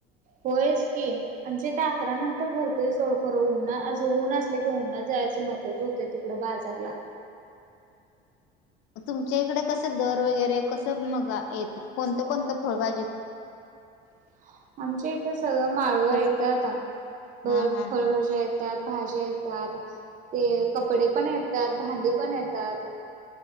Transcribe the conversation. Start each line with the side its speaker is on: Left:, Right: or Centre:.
Right: होयच की आणि जे ते अकरा नंतर भरतोय सोड खरं उनना असं ऊन असले की उन्हात जायचं नकोच होते तिकडं बाजारला
Left: तुमच्या इकडे कसं दर वगैरे कसं मग य कोणतं कोणतं फळभाजी
Right: हा आमच्या इथे सगळं माळव येत
Left: कस
Right: आ फळ
Left: हा हा
Right: फळभाज्या येतात भाज्या येतात ते कपडे पण येतात भांडी पण येतात